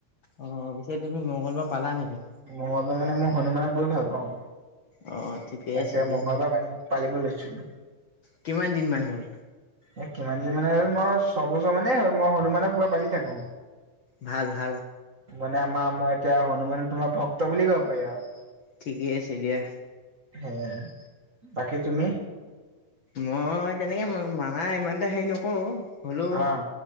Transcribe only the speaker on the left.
অ পিছে তুমি মংগলবাৰ পালা নেকি?
অ ঠিকেই
আছে দিয়া।
কিমান দিন মান হ'ল?
ভাল ভাল।
ঠিকেই আছে দিয়া।
মই তেনেকে মানা ইমানতা হেৰি নকৰো হলৌ